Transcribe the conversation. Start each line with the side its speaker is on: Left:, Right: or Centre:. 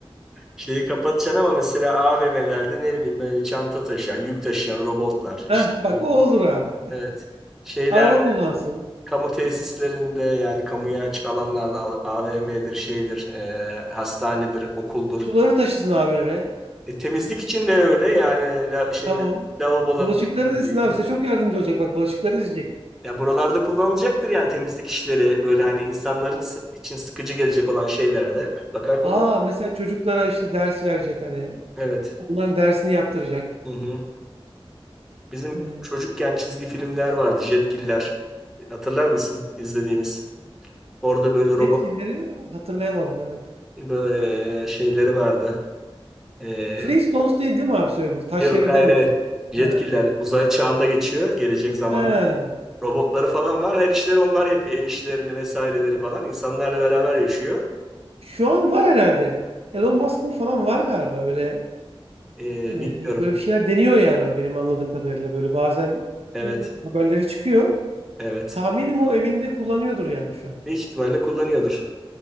Centre: Şeyi kapatacaksın ama mesela AVM'lerde ne bileyim böyle çanta taşıyan, yük taşıyan robotlar işte
Right: Heh, bak
Centre: ne bileyim,
Right: o olur abi.
Centre: evet. Şeylerde,
Right: Araba kullansın.
Centre: kamu tesislerinde yani kamuya açık alanlarda AVM'dir, şeydir, e, hastanedir, okuldur.
Right: Suları taşısın abi eve.
Centre: E, temizlik için de öyle yani la, şey,
Right: Tamam.
Centre: lavaboların
Right: Bulaşıkları
Centre: temizliği.
Right: dizsin abi. Size çok yardımcı olacak. Bak bulaşıkları dizecek.
Centre: Ya buralarda kullanılacaktır yani temizlik işleri böyle hani insanların sı- için sıkıcı gelecek olan şeylerde mutlaka kullan.
Right: Aa mesela çocuklara işte ders verecek hani.
Centre: Evet.
Right: Onların dersini yaptıracak.
Centre: Hı hı. Bizim
Right: Ee,
Centre: çocukken çizgi filmler vardı Jetgiller. Hatırlar mısın izlediğimiz? Orada böyle robot
Right: etkileri hatırlayamadım evet.
Centre: böyle şeyleri vardı. E,
Right: Flintstones değil değil mi abi söylediniz? Taş
Centre: yok
Right: devri
Centre: hayır
Right: demiyorsun.
Centre: hayır. Jetgiller
Right: Ha.
Centre: uzay çağında geçiyor gelecek zaman.
Right: Ha.
Centre: Robotları falan var. Her işleri onlar yapıyor. Ev işlerini vesaireleri falan. İnsanlarla beraber yaşıyor.
Right: Şu an var herhalde. Elon Musk'ın falan var galiba öyle.
Centre: Ee,
Right: e,
Centre: bilmiyorum.
Right: böyle bir şeyler deniyor yani o benim anladığım kadarıyla. Böyle bazen
Centre: Evet.
Right: e, haberleri çıkıyor.
Centre: Evet.
Right: Tahminim o evinde kullanıyordur yani şu an.
Centre: Büyük ihtimalle kullanıyordur.